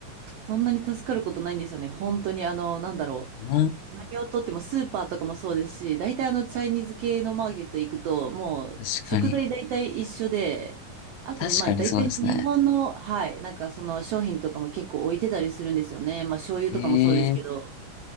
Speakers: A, on the right; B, on the left.
A: そんなに助かることないんですよね。本当に、あの、なんだろう。
B: ん。うん
A: 何をとってもスーパーとかもそうですし、大体あのチャイニーズ系のマーケット行くと、もう食材大体一緒で、
B: 確かに。
A: あと、
B: 確かにそうですね。
A: まあ大体日本の、はい、なんかその商品とかも結構置いてたりするんですよね。まあ醤油とかもそうですけど、
B: ええ、